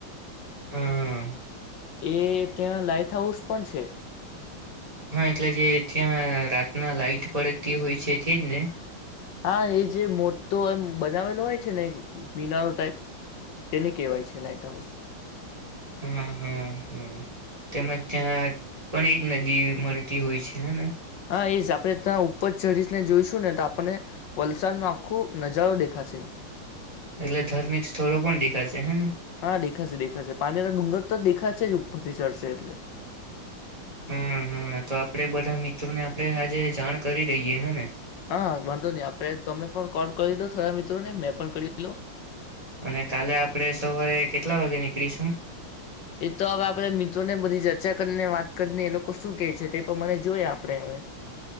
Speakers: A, on the right (about 15°); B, on the left (about 60°).
A: હા.
B: એ ત્યાં લાાઈટ હાઉસ પણ છે.
A: હા એટલે જે ત્યાં રાતના લાઈટ પડતી તે હોય છે તેજ ને?
B: હા એ જે મોટો એમ બનાવેલો હોય છે ને મિનારો ટાઈપ તેને કેહેવાય છે લાાઈટ હાઉસ.
A: હમમમ હમ્મ હમ્મ તેમજ ત્યાં પણ એ જ નદી મળતી હોય છે હને.
B: હા એ જ આપડે ત્યાં ઉપર ચઢશને જોઈશું ને તો આપણને વલસાડ નો આખો નજારો દેખાશે.
A: એટલે ધાર્મિક સ્થળો પણ દેખાશે હેને
B: હા દેખાશે દેખાશે પાણીના ડુંગર તો દેખાશે. પછી ચડશે એટલે.
A: હા હા તો આપડે બધા મિત્રોને આપણે આજે જાણ કરી દઈએ હે ને
B: હા વાંધો નહી આપડે તમે પણ કોલ કરી લો થોડા મિત્રોને મેં પણ કરીે લો
A: અને કાલે આપણેે સવારે કેટલા વાગે નીકળીશું
B: એ તો હવે આપણે મિત્રો ને બધી ચર્ચા કરીને વાત કરીને એ લોકો શું કેહે છે તે પણ મને જોય આપણે હવે